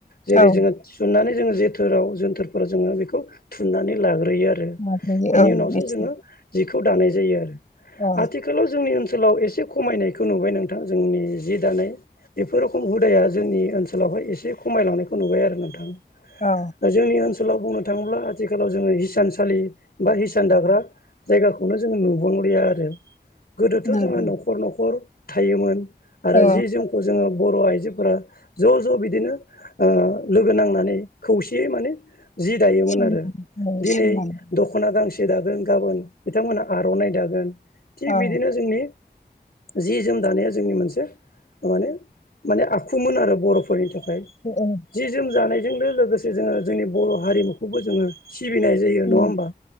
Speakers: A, on the left; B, on the left.
A: जेरै
B: औ
A: जोङो थिसननानै जोङो जोथोराव जोनथोरफोराव जोङो बेखौ थुननानै लाग्रोयो आरो बिनि
B: माबायो औ
A: उनावसो
B: मिथि
A: जोङो जिखौ दानाय जायो आरो
B: औ
A: आथि खालाव जोंनि ओनसोलाव एसे खमायनायखौ नुबाय नोंथां जोंनि जि दानाय बेफोर रोखम हुदाया जोंनि ओनसोलावहाय एसे खमायलांनायखौ नुबाय आरो नोंथां
B: औ
A: दा जोंनि ओनसोलाव बुंनो थाङोब्ला आथिखालाव जोङो हिसानसालि बा हिसान दाग्रा जायगाखौनो जोङो नुुबुंलिया आरो गोदोथ'
B: नंगौ
A: जोङो न'खर न'खर थायोमोन आरो
B: औ
A: जि जोमखौ जोङो बर' आइजोफोरा ज' ज' बिदिनो ओ लोगो नांनानै खौसेयै माने जि दायोमोन
B: सोंनानै
A: आरो
B: औ
A: दिनै
B: सोंनानै
A: दख दख'ना गांसे दागोन गाबोन बिथांमोनहा आर'नाइ दागोन थिग
B: औ
A: बिदिनो जोंनि जि जोम दानाया जोंनि मोनसे माने माने आखुमोन आरो। बर'फोरनि थाखाय।
B: औ
A: जि जोम जानायजोंनो लोगोसे जोङो जोंनि बर' हारिमुखौबो जोङो सिबिनाय जायो जायो
B: उम
A: नङा होमबा